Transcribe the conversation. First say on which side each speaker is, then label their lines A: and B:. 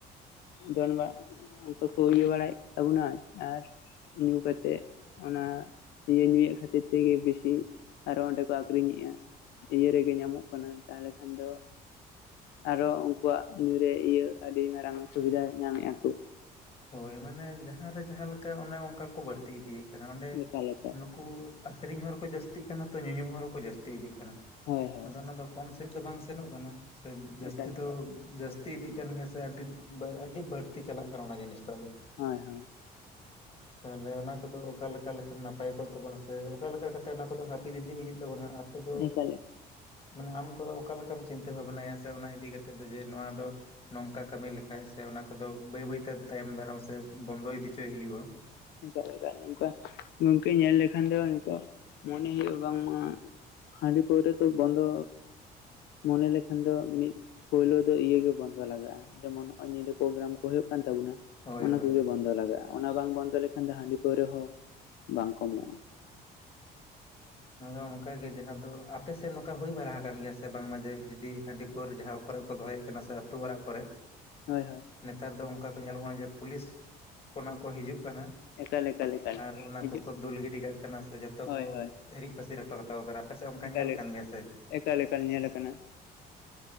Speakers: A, on the left (about 80°); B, on the left (about 35°).
A: ᱫᱚᱱ ᱵᱟᱲᱟ ᱩᱱᱠᱩ ᱠᱚ ᱤᱭᱟᱹ ᱵᱟᱲᱟᱭᱮᱫ ᱛᱟᱵᱚᱱᱟ ᱟᱨ ᱧᱩ ᱠᱟᱛᱮᱜ ᱚᱱᱟ ᱤᱭᱟᱹ ᱧᱩᱭᱮᱫ ᱠᱷᱟᱹᱛᱤᱨ ᱛᱮᱜᱮ ᱵᱮᱥᱤ ᱟᱨᱦᱚ ᱚᱸᱰᱮ ᱠᱚ ᱟᱹᱠᱷᱨᱤᱧᱮᱜᱼᱟ ᱤᱭᱟᱹ ᱨᱮᱜᱮ ᱧᱟᱢᱚᱜ ᱠᱟᱱᱟ ᱛᱟᱦᱚᱞᱮ ᱠᱷᱟᱱ ᱫᱚ ᱟᱨᱚ ᱩᱱᱠᱩᱣᱟᱜ ᱧᱩᱨᱮ ᱤᱭᱟᱹ ᱟᱹᱰᱤ ᱢᱟᱨᱟᱝ ᱥᱩᱵᱤᱫᱷᱟ ᱧᱟᱢᱮᱜ ᱟᱠᱚ
B: ᱦᱳᱭ ᱢᱟᱱᱮ ᱡᱟᱦᱟᱸᱨᱮ ᱡᱟᱦᱟᱸ ᱞᱮᱠᱟ ᱚᱱᱮ ᱚᱱᱠᱟ ᱠᱚ ᱵᱟᱹᱲᱛᱤ ᱤᱫᱤᱭᱮᱜ ᱠᱟᱱᱟ ᱚᱸᱰᱮ
A: ᱮᱠᱟᱞ ᱮᱠᱟᱞ
B: ᱱᱩ ᱠᱩ ᱟᱹᱠᱷᱨᱤᱧ ᱦᱚᱲ ᱠᱚ ᱡᱟᱹᱥᱛᱤᱜ ᱠᱟᱱᱟ ᱛᱚ ᱧᱩᱧᱩ ᱦᱚᱲ ᱦᱚᱸ ᱠᱚ ᱡᱟᱹᱥᱛᱤ ᱤᱫᱤᱜ ᱠᱟᱱᱟ
A: ᱦᱳᱭ ᱦᱳᱭ
B: ᱟᱫᱚ ᱚᱱᱟ ᱫᱚ ᱠᱚᱢ ᱥᱮᱫ ᱫᱚ ᱵᱟᱝ ᱥᱮᱱᱚᱜ ᱠᱟᱱᱟ ᱡᱟᱹᱥᱛᱤ
A: ᱮᱠᱟᱞ
B: ᱫᱚ
A: ᱮᱠᱟᱞ
B: ᱡᱟᱹᱥ ᱛᱤ ᱤᱫᱤᱜ ᱠᱟᱱ ᱜᱮᱭᱟ ᱥᱮ ᱟᱹᱰᱤ ᱟᱹᱰᱤ ᱵᱟᱹᱲᱛᱤ ᱪᱟᱞᱟᱜ ᱠᱟᱱᱟ ᱚᱱᱟ ᱡᱤᱱᱤᱥᱴᱟᱜ ᱫᱚ
A: ᱦᱳᱭ ᱦᱳᱭ
B: ᱛᱟᱦᱚᱞᱮ ᱚᱱᱟ ᱠᱚᱫᱚ ᱚᱠᱟ ᱞᱮᱠᱟ ᱞᱮᱠᱷᱟᱱ ᱱᱟᱯᱟᱭ ᱠᱚᱜ ᱛᱟᱵᱚᱱᱟ ᱥᱮ ᱚᱠᱟ ᱞᱮᱠᱟ ᱠᱟᱛᱮᱜ ᱚᱱᱟ ᱠᱚᱫᱚ ᱦᱟᱹᱯᱤᱫ ᱫᱤᱫᱤ ᱦᱩᱭᱩᱜ ᱛᱟᱵᱚᱱᱟ ᱟᱯᱮ ᱫᱚ
A: ᱮᱠᱟᱞ
B: ᱢᱟᱱᱮ ᱟᱢ ᱫᱚ ᱚᱠᱟ ᱞᱮᱠᱟᱢ ᱪᱤᱱᱛᱟᱹ ᱵᱷᱟᱵᱽᱱᱟᱭᱟ ᱥᱮ ᱚᱱᱟ ᱤᱫᱤ ᱠᱟ ᱠᱟᱛᱮᱜ ᱫᱚ ᱡᱮ ᱱᱚᱣᱟ ᱫᱚ ᱱᱚᱝᱠᱟ ᱠᱟᱹᱢᱤ ᱞᱮᱠᱷᱟᱡ ᱥᱮ ᱚᱱᱟ ᱠᱚᱫᱚ ᱵᱟᱹᱭ ᱵᱟᱹᱭᱛᱮ ᱛᱟᱭᱚᱢ ᱫᱟᱨᱟᱢ ᱥᱮ ᱵᱚᱱᱫᱚᱭ ᱤᱫᱤᱪᱚᱭ ᱦᱩᱭᱩᱜᱼᱟ
A: ᱮᱠᱟᱞ ᱮᱠᱟᱞ ᱱᱚᱝᱠᱟ ᱜᱚᱝᱠᱮ ᱧᱮᱞ ᱞᱮᱠᱷᱟᱱ ᱫᱚ ᱱᱤᱛᱚᱜ ᱢᱚᱱᱮ ᱦᱩᱭᱩᱜᱼᱟ ᱵᱟᱝᱢᱟ ᱦᱟᱺᱰᱤ ᱯᱟᱹᱣᱨᱟᱹ ᱫᱚ ᱵᱚᱱᱫᱚ ᱢᱚᱱᱮ ᱞᱮᱠᱷᱟᱱ ᱫᱚ ᱢᱤᱫ ᱯᱳᱭᱞᱳ ᱫᱚ ᱤᱭᱟᱹᱜᱮ ᱵᱚᱱᱫᱚ ᱞᱟᱜᱟᱜᱼᱟ ᱡᱮᱢᱚᱱ ᱱᱚᱜ ᱚᱭ ᱱᱤᱭᱟᱹ ᱯᱨᱳᱜᱨᱟᱢ ᱠᱚ ᱦᱩᱭᱩᱜ ᱠᱟᱱ ᱛᱟᱵᱳᱱᱟ
B: ᱦᱳᱭ
A: ᱚᱱᱟ
B: ᱦᱳᱭ
A: ᱠᱚᱜᱮ ᱵᱚᱱᱫᱚ ᱞᱟᱜᱟᱜᱼᱟ᱾ ᱚᱱᱟ ᱵᱟᱝ ᱵᱚᱱᱫᱚ ᱞᱮᱠᱷᱟᱱ ᱫᱚ ᱦᱟᱺᱰᱤ ᱯᱟᱹᱣᱨᱟᱹ ᱦᱚᱸ ᱵᱟᱝ ᱠᱚᱢᱚᱜᱼᱟ
B: ᱟᱫᱚ ᱚᱱᱠᱟ ᱜᱮ ᱡᱟᱦᱟᱸ ᱫᱚ ᱟᱯᱮᱥᱮᱫ ᱱᱚᱝᱠᱟ ᱦᱩᱭ ᱵᱟᱲᱟ ᱟᱠᱟᱱ ᱜᱮᱭᱟ ᱥᱮ ᱵᱟᱝᱢᱟ ᱡᱮ ᱡᱩᱫᱤ ᱦᱟᱺᱰᱤ ᱯᱟᱹᱣᱨᱟᱹ ᱡᱟᱦᱟᱸ ᱠᱚᱨᱮ ᱠᱚ ᱫᱚᱦᱚᱭᱮᱫ ᱠᱟᱱᱟ ᱥᱮ ᱟᱹᱛᱳ ᱚᱲᱟᱜ ᱠᱚᱨᱮ
A: ᱦᱳᱭ ᱦᱳᱭ
B: ᱱᱮᱛᱟᱨ ᱫᱚ ᱚᱱᱠᱟ ᱠᱚ ᱧᱮᱞᱚᱜ ᱠᱟᱱᱟ ᱡᱮ ᱯᱩᱞᱤᱥ ᱠᱷᱚᱱᱟᱜ ᱠᱚ ᱦᱤᱡᱩᱜ ᱠᱟᱱᱟ
A: ᱮᱠᱟᱞ ᱮᱠᱟᱞ ᱮᱠᱟᱞ
B: ᱟᱨ ᱚᱱᱟ
A: ᱦᱤᱡᱩᱜ
B: ᱠᱚᱠᱚ ᱫᱩᱞ ᱜᱤᱰᱤ ᱠᱟᱜ ᱠᱟᱱᱟ ᱥᱮ ᱡᱚᱛᱚ
A: ᱦᱳᱭ
B: ᱠᱚ
A: ᱦᱳᱭ
B: ᱦᱤᱨᱤᱡ ᱯᱟᱹᱥᱤᱨ ᱦᱚᱴᱚ ᱠᱟᱛᱚ ᱠᱟᱱᱟ ᱯᱮᱥᱮ ᱚᱱᱠᱟ
A: ᱮᱠᱟᱞ
B: ᱧᱮᱞ ᱠᱟᱱ ᱜᱮᱭᱟ ᱥᱮ
A: ᱮᱠᱟᱞ ᱮᱠᱟᱞ ᱧᱮᱞ ᱟᱠᱟᱱᱟ